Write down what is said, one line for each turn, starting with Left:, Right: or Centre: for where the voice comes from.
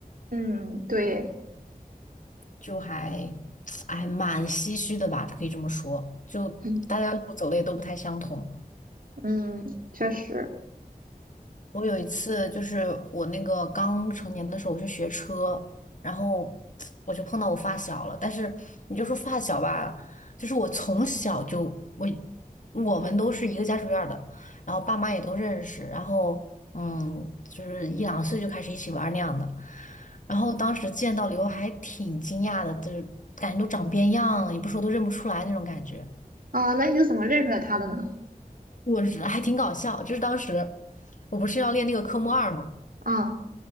Right: 嗯，对，
Left: 就还 <tsk> 哎蛮唏嘘的吧，可以这么说，就大家路走的也都不太相同。
Right: 嗯嗯，确实
Left: 我有一次就是我那个刚成年的时候，我去学车，然后我就碰到我发小了。但是你就说发小吧，就是我从小就我我们都是一个家属院儿的，然后爸妈也都认识，然后嗯，就是一两岁就开始一起玩儿那样的。然后当时见到了以后还挺惊讶的，就是感觉都长变样了，也不说都认不出来那种感觉。
Right: 啊、那你是怎么认出来他的呢？
Left: 我日，还挺搞笑，就是当时我不是要练那个科目二嘛。
Right: 啊